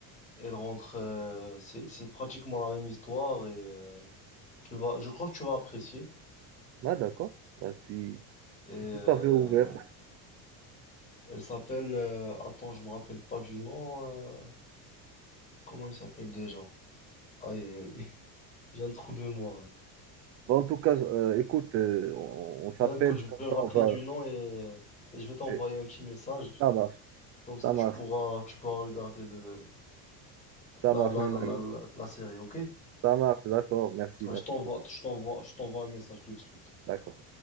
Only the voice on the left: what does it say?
Elle rentre, euh, c'est, c'est pratiquement la même histoire et euh, tu vas, je crois que tu vas apprécier.
Et,
euh,
elle s'appelle, euh, attends, je me rappelle pas du nom. euh, comment il s'appelle déjà? Aïe, aïe, aïe. <laughs> J'ai un trou de mémoire là.
Ben écoute, je vais
me
rappeler
du nom et, et je vais t'envoyer
un petit message.
Comme ça,
tu
pourras, tu pourras regarder le, la,
la,
la,
la, la série, ok?
Ah,
Je t'envoie,
je t'envoie, je t'envoie un message tout de suite.